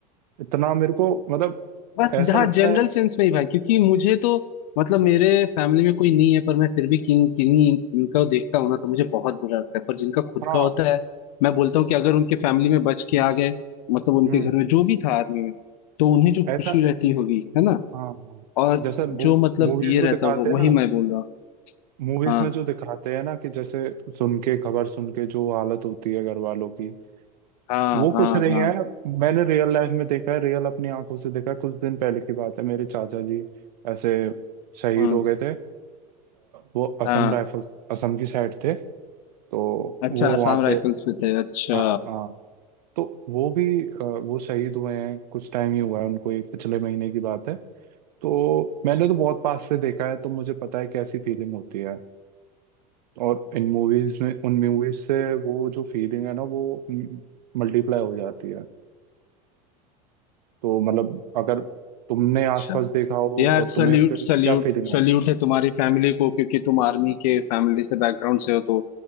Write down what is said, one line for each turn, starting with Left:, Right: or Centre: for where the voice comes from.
Right: इतना मेरे को मतलब
Left: बस
Right: ऐसा
Left: हाँ
Right: लगता
Left: जनरल
Right: है
Left: सेंस में ही भाई क्योंकि मुझे तो मतलब मेरे फैमिली में कोई नहीं है पर मैं फिर भी किन किन्हीं इनका देखता हूँ ना तो मुझे बहुत बुरा लगता है पर जिनका खुद
Right: हाँ
Left: का होता है मैं बोलता हूँ कि अगर उनके फैमिली में बच के आ गए मतलब उनके
Right: हम्म
Left: घर में जो भी था आर्मी में तो उन्हें जो खुशी
Right: ऐसा
Left: रहती होगी है ना
Right: हाँ हाँ
Left: और
Right: जैसे मूवीज
Left: जो मतलब ये
Right: में
Left: रहता
Right: दिखाते
Left: होगा
Right: हैं
Left: वही
Right: ना
Left: मैं बोल रहा हूँ
Right: मूवीज
Left: हाँ
Right: में जो दिखाते हैं ना कि जैसे सुन के खबर सुन के जो हालत होती है घर वालों की
Left: हाँ
Right: वो
Left: हाँ
Right: कुछ नहीं
Left: हाँ
Right: है मैंने रियल लाइफ में देखा है रियल अपनी आंखों से देखा है कुछ दिन पहले की बात है मेरे चाचा जी ऐसे शहीद
Left: हम्म,
Right: हो गए थे अ, वो असम
Left: हाँ
Right: राइफल्स असम की साइड थे तो
Left: अच्छा
Right: वो
Left: आसाम
Right: वहाँ
Left: राइफल्स
Right: पे
Left: में थे अच्छा
Right: हाँ हाँ तो वो भी अ, वो शहीद हुए हैं कुछ टाइम ही हुआ है उनको ये पिछले महीने की बात है तो मैंने तो बहुत पास से देखा है तो मुझे पता है कैसी फीलिंग होती है और इन मूवीज में उन मूवीज से वो जो फीलिंग है ना वो मल्टीप्लाई हो जाती है तो मतलब अगर तुमने
Left: अच्छा
Right: आसपास देखा हो
Left: यार
Right: और
Left: सल्यूट
Right: तुम्हें फिर
Left: सल्यूट
Right: क्या फीलिंग
Left: सल्यूट
Right: आए
Left: है तुम्हारी फैमिली को क्योंकि तुम आर्मी के फैमिली से बैकग्राउंड से हो तो